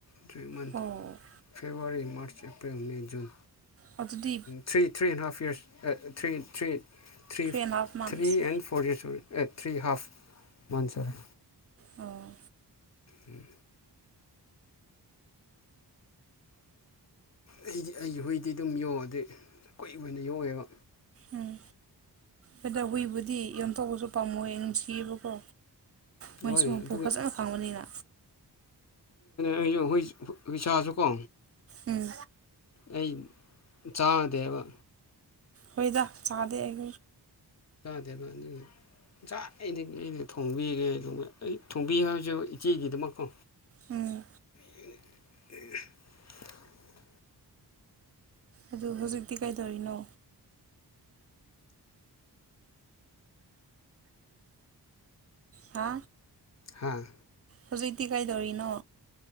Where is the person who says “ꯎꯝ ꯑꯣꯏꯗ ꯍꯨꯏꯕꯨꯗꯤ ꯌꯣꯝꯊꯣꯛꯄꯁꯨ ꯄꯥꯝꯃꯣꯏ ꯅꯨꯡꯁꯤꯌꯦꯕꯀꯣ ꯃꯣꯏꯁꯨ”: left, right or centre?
Right